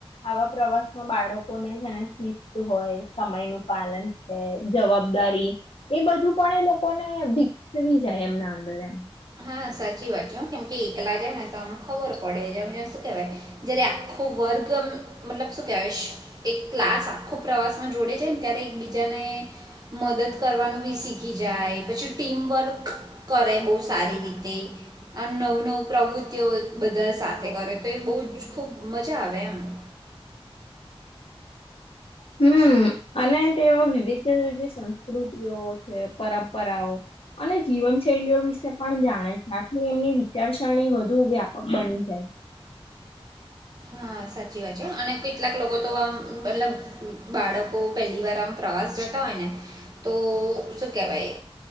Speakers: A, on the left (about 65°); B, on the right (about 40°).
A: આવા પ્રવાસમાં બાળકો ને જેને શીસ્ત હોય સમય નું પાલન છે જવાબ દારી એ બધું પણ એ લોકોને વિકસવી જાય એમના અંદર એમ
B: હા સાચી વાત છે કેમ કે એકલા જાય ને તો આમ ખબર પડે છે વા જ આખો વર્ગ મતલબ શું કેવાય એક ક્લાસ આખો પ્રવાસ જોડે જાયને ત્યારે એકબીજાને મદદ કરવાનું બી શીખી જાય પછી ટીમવર્ક કરે બહુ સારી રીતે અને નવું નવું પ્રવૃતિ બધા સાથે કરે તો એ બહુ જ ખૂબ મજા આવે એમ <inaudible>
A: હમ અને તેઓ વિવિધ જે સંસ્કૃતિઓ છે પરંપરાઓ અને જીવન શૈલીઓ વિશે પણ જાણે આથી એમની વિચારસરણી વધ વધું વ્યાપક બની જાય
B: હા સાચી વાત છે અને કેટલાક લોકો તો આમ મતલબ બાળક પહેલી વાર આમ પ્રવાસ જતા હોય ને તો શું કેહેવાય